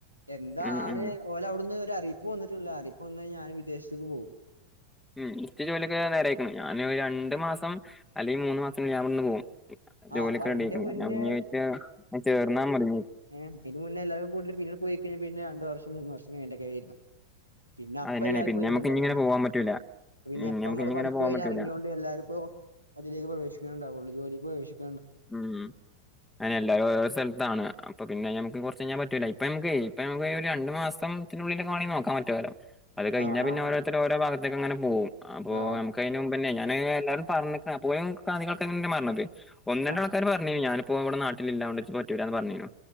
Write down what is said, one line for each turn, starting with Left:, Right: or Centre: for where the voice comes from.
Right: എന്താണ്
Centre: ഉം ഉം
Right: ഓലെ അവിടുന്ന് ഒരു അറിയിപ്പ് വന്നിട്ടില്ല അറിയിപ്പ് വന്നാൽ ഞാൻ വിദേശത്തക്ക് പോകും
Centre: ഉം ഇക്ക് ജോലിയൊക്കെ നേരായിക്കണ് ഞാന് രണ്ടു മാസം അല്ലെങ്കിൽ മൂന്ന് മാസം ഞാൻവിടുന്ന് പോകും ജോലിയൊക്കെ
Right: ആഹ് അപ്പൊ അയിന്റെ
Centre: റെഡിയായിക്കണ്
Right: മുന്നേ
Centre: <unintelligible> ഞാൻ ചേർന്നാ മതി
Right: അതിന്റെ മുന്നെ എല്ലാവരും കൂടിയിട്ട് പിന്നെ പോയികഴിഞ്ഞാ പിന്നെ രണ്ട് വർഷം മൂന്ന് വർഷം കഴിഞ്ഞിട്ടൊക്കെ വര പിന്നെ അപ്പ
Centre: അതന്നെയാണ്
Right: എല്ലാർക്കും
Centre: പിന്നെ
Right: ഒഴിവുണ്ടാവില്ലേ
Centre: നമുക്ക് ഇനി ഇങ്ങനെ പോവാൻ പറ്റൂല
Right: പിന്നെപ്പ
Centre: പിന്നെ നമുക്ക്
Right: നമ്മള്
Centre: ഇനി ഇങ്ങനെ
Right: പഠിപ്പ്
Centre: പോവാൻ
Right: കഴിഞ്ഞ്
Centre: പറ്റൂല
Right: ഇറങ്ങിയോണ്ട് എല്ലാരുപ്പോ അതിലേക്ക് പ്രവേശിക്കണ്ടാവുള്ളൂ ജോലിക്ക് പ്രവേശിക്കും
Centre: ഉം അങ്ങനെ എല്ലാരും ഓരോരോ സ്ഥലത്താണ് അപ്പൊ പിന്നെ ഞമ്മക്ക് കുറച്ച് കഴിഞ്ഞാൽ പറ്റൂല ഇപ്പ നമുക്കെ ഇപ്പ നമുക്ക് ഒരു രണ്ട് മാസത്തിനുള്ളിലൊക്കെ നോക്കാൻ പറ്റോലോ അത് കഴിഞ്ഞാ
Right: ആഹ്
Centre: പിന്നെ
Right: ആഹ്
Centre: ഓരോരുത്തര് ഓരോ ഭാഗത്തേക്ക് അങ്ങനെ പോവും അപ്പൊ
Right: ആഹ്
Centre: നമുക്കയിന് മുമ്പന്നെ ഞാന് എല്ലാരും പറഞ്ഞ്ക്കണ് അപ്പോയും അധിക ആൾക്കാരെന്നെ പറഞ്ഞത് ഒന്ന് രണ്ട്
Right: ആ
Centre: ആൾക്കാര് പറഞ്ഞ് ഞാനും അപ്പോ ഇവിടെ നാട്ടിലില്ല അതോണ്ട്ച്ച് പറ്റില്ല പറഞ്ഞേനു